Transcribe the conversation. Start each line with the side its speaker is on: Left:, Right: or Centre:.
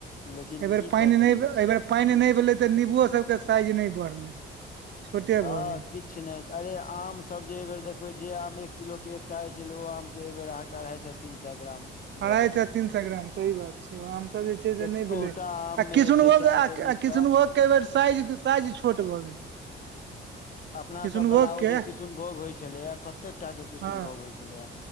Left: लेकिन
Right: ऐ बेर
Left: की
Right: पाइन
Left: कऽ सकै
Right: नय
Left: छियै।
Right: ऐ बेर पाइन नय भेलै तऽ निबूओ सबके साइज नय बढ़लै छोटे
Left: हँ
Right: भऽ गेलै
Left: कि छि नै अरे आमस जे ऐ बेर देखबै जे आम एक किलोके एकटा होइ छलै ओ आमके ऐ बेर अहाँके अढ़ाइ सए तीन सए ग्राम
Right: अढ़ाइ
Left: वजन
Right: सए
Left: छै।
Right: तीन सए ग्राम सही बात छै आमसभ जे छै से
Left: एकोटा
Right: नय भेलै
Left: आम
Right: आ
Left: मे
Right: किसनभो
Left: जे छै से अहाँके नीक
Right: कृष्णभोगके
Left: सँ
Right: ऐ बेर साइज साइज छोट भऽ गेलै
Left: अपना
Right: किशुनभोग
Left: सभवला ओ
Right: के
Left: जे किसुनभोग होइत छलैए कतेकटा के किसुनभोग
Right: हँ
Left: होइ छलैया